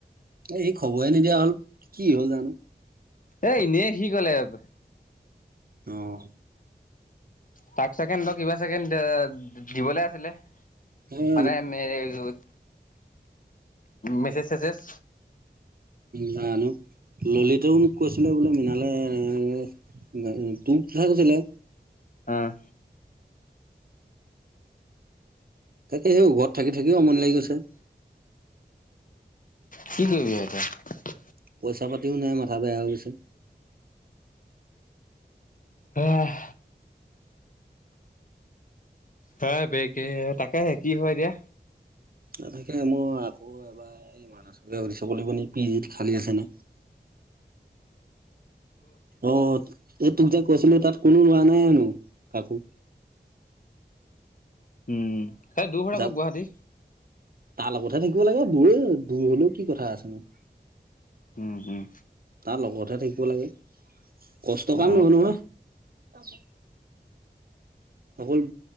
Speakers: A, on the right; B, on the left.
A: এই খবৰে নিদিয়া হ'ল, কি হ'ল জানো?
B: এ এনেই সি কলে আব,
A: অঁ!
B: তাক চেকেন ত কিবা চেকেন দিবলে আছিলে!
A: এই
B: মানে মেৰে অ, মেচেজ চেছেছ।
A: জানো ললিতাও মোক কৈছিলে বোলে মৃনালে এএ! তো কঠাই কৈছিলে।
B: আঁহ!
A: তাকে সেইও ঘৰত থাকি থাকিও আমনি লাগি গৈছে।
B: কি কৰিবি হয় এতিয়া!
A: পইচা পাতিও নাই, মাথা বেয়া হৈ গৈছে।
B: সেয়াহ! হ বেকে তাকেহে কি হয় এতিয়া?
A: নাথাকে, মই আকৌ এবাৰ এই মানচকে সুদি চাব লাগিব নেকি পি জিত খালি আছে নে?
B: উ উ!
A: অ এই তোক যে কৈছিলো তাত কোনো লোৱা নাই হেনো কাকো
B: উম সেই দূৰ হয়
A: যা
B: আকৌ গুৱাহাটী
A: তাৰ লগতহে থাকিব লাগে দূৰে দূৰ হলেও কি কথা আছেনো
B: উম হম
A: তাৰ লগতহে থাকিব লাগে কষ্ট কাম
B: অ
A: নহয় নহয় অকল